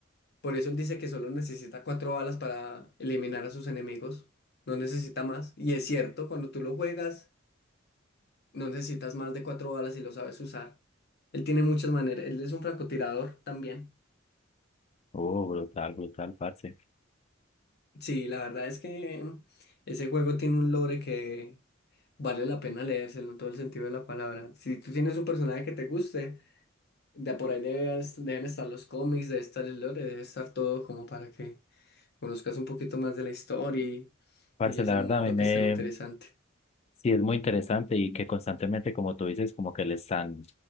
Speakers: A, on the left; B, on the left.
A: Por eso él dice que solo necesita cuatro balas para eliminar a sus enemigos. No necesita más. Y es cierto, cuando tú lo juegas. No necesitas más de cuatro balas si lo sabes usar. Él tiene muchas maneras. Él es un francotirador también.
B: Oh, brutal, brutal, parce.
A: Sí, la verdad es que ese juego tiene un lore que vale la pena leérselo en todo el sentido de la palabra. Si tú tienes un personaje que te guste, de por ahí debes- deben estar los cómics, debe estar el lore, debe estar todo como para que conozcas un poquito más de la historia y,
B: Parce,
A: y ese
B: la verdad,
A: mundo
B: a mí me,
A: que es tan interesante.
B: Sí, es muy interesante y que constantemente, como tú dices, como que le están